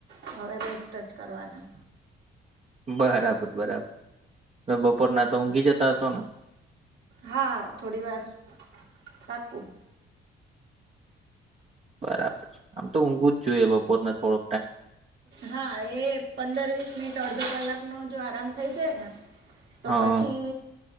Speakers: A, on the right; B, on the right.
A: હવે રસ્ટ્ટચ કરવાના.
B: બરાબર બરાબર હ બપોરના તો ઊંઘી જતા હશો ને?
A: હા થોડી વાર પાકું.
B: બરાબર છે. આમ તો ઊંઘું જ જોઈએ. બપોરના થોડો
A: હા એ પંદર વીસ મિનિટ અડધો કલાક નો જો આરામ થઈ જાય ને તો
B: હા
A: પછી